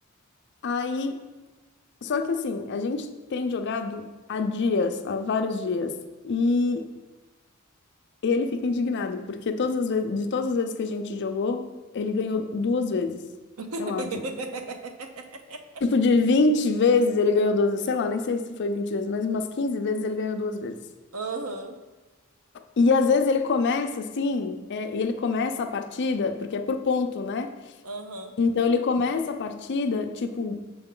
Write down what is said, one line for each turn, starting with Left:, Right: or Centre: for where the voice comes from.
Left: Aí, só que assim, a gente tem jogado há dias, há vários dias. e E ele fica indignado, porque todas as vezes, de todas as vezes que a gente jogou, ele ganhou duas vezes.
Right: <laughs>
Left: Sei lá, de, tipo de 20 vezes ele ganhou duas vezes. Sei lá, nem sei se foi 20 vezes, mas umas 15 vezes ele ganhou duas vezes.
Right: Aham,
Left: E às vezes ele começa assim, é, e ele começa a partida, porque é por ponto, né?
Right: aham,
Left: Então ele começa a partida, tipo,